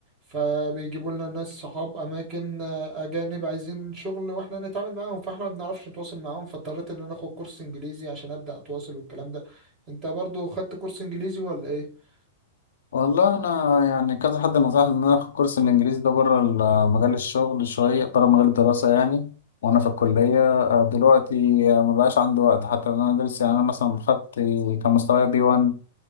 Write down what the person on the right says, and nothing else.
فبيجيبوا لنا ناس صحاب اماكن اجانب عايزين شغل واحنا نتعامل معاهم فاحنا ما بنعرفش نتواصل معاهم فاضطريت ان انا اخد كورس انجليزي عشان ابدا اتواصل والكلام ده انت برضو خدت كورس انجليزي ولا ايه